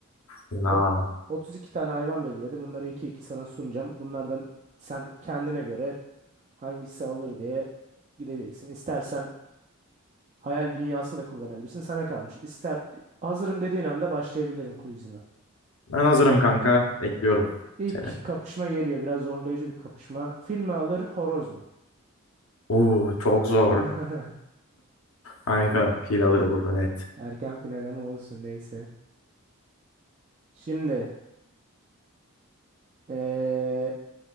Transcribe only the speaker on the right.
Ot- 32 tane hayvan belirledim. Bunları iki iki sana sunacağım. Bunlardan sen kendine göre hangisi alır diye gideceksin. İstersen hayal dünyası da kullanabilirsin. Sana kalmış. İster hazırım dediğin anda başlayabilirim quizime.
İlk
kapışma geliyor. Biraz zorlayıcı bir kapışma. Fil mi alır, horoz mu?
<laughs>
Erken final ama olsun neyse. Şimdi eee